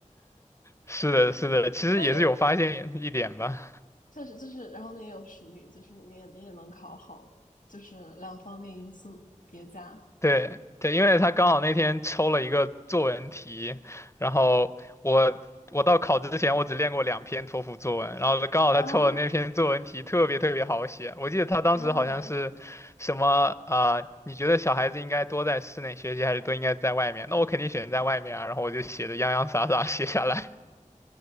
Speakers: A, on the left; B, on the left.
A: 是的，是的，其实也是有发现一点吧。
B: 但也确实就是，然后你也有实力，就是你也你也能考好，就是两方面因素叠加
A: 对对，因为他刚好那天抽了一个作文题，然后我我到考之前我只练过两篇托福作文，然后刚好他抽的那篇作文题特别特别好写，
B: 啊！
A: 我记得他当时好像是什么啊、
B: 天呐！
A: 呃你觉得小孩子应该多在室内学习还是多应该在外面？那我肯定选在外面啊，然后我就写的洋洋洒洒写下来。